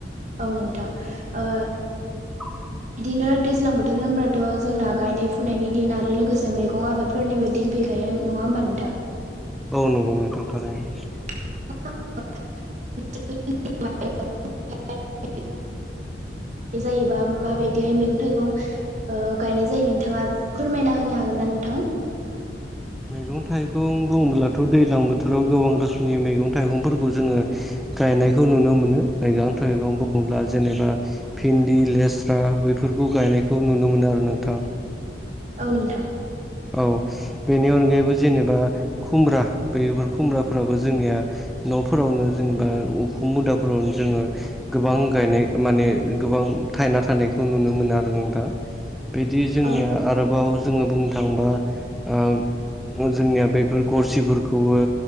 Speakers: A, on the right; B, in the centre.
A: औ नोंथां ओ
B: <inaudible>
A: बिदिनो दैज्लां बोथोर होनबथ' जोंना गायनाय फुनायनि दिन आरो लोगोसे मैगं आबाद फोरनिबो दिन फैखायो नङा होमबा नोंथां
B: औ नंगौ नोंथां थारैनो।
A: <unintelligible> बे जायोबा माबायदिहाय मैगं थाइगं ओ गायनाय जायो नोंथाङा फोरमायना होनो हागोन ना नोंथां?
B: मैगं थाइगं बुङोब्लाथ' दैज्लां बोथोराव गोबां रोखोमनि मैगं थाइगंफोरखौ जोङो गायनायखौ नुनो मोनो। मैगं थैगं बुङोब्ला जेनेबा फिनदी, लेस्रा बैफोरखौ गायनायखौ नुनो मोनो आरो नोंथां
A: औ नोंथां
B: औ बेनि अनगायैबो जेनेबा खुमब्रा बेफोर खुमब्राफोराबो जोंनिया न'फोरावनो जेनेबा उख मुदाफोरावनो जोङो गोबां गायनाय माने गोबां थायना थानायखौ नुनो मोनो आरो नोंथां। बिदि जोंनिया
A: औ
B: आरोबाव जोङो बुंनो थाङोबा ओ जोंनिया बेफोर गरसिफोरखौबो